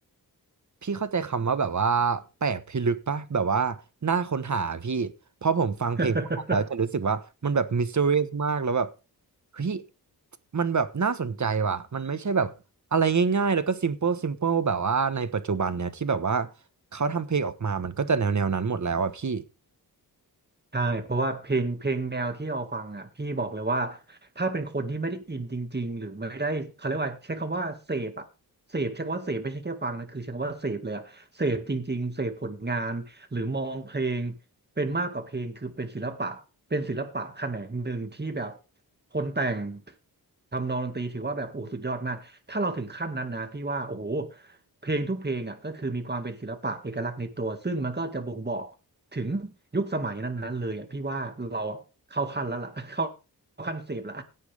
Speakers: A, on the right; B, on the right.
A: พี่เข้าใจคำว่าแบบว่าแปลกพิลึกปะแบบว่าน่าค้นหาพี่เพราะผมฟังเพลงพวกนั้นแล้วจะรู้สึกว่ามันแบบมิส
B: อ
A: t ต r i รี s มากแล้วแบบเฮ้ยมันแบบน่าสนใจว่ะมันไม่ใช่แบบอะไรง่ายๆแล้วก็ซิมเ l ิลซิมเ l ิลแบบว่าในปัจจุบันเนี่ยที่แบบว่าเขาทำเพลงออกมามันก็จะแนวแนวนั้นหมดแล้วอ่ะพี่
B: ใช่เพราะว่าเพลงเพลงแนวที่เราฟังอ่ะพี่บอกเลยว่าถ้าเป็นคนที่ไม่ได้อินจริงๆหรือไม่ได้เขาเรียกว่าใช้คำว่าเสพอ่ะเสพใช้คำว่าเสพไม่ใช่แค่ฟังนะคือใช้คำว่าเสพเลยอ่ะเสพจริงๆเสพผลงานหรือมองเพลงเป็นมากกว่าเพลงคือเป็นศิลปะเป็นศิลปะแขนงหนึ่งที่แบบคนแต่งทำนองดนตรีถือว่าแบบโอ้สุดยอดมากถ้าเราถึงขั้นนั้นนะพี่ว่าโอ้โหเพลงทุกเพลงอ่ะก็คือมีความเป็นศิลปะเอกลักษณ์ในตัวซึ่งมันก็จะบ่งบอก ถึงยุคสมัยนั้นๆเลยอ่ะพี่ว่าเราอะเข้าขั้นแล้วล่ะ <laughs> เข้าขั้นเสพละ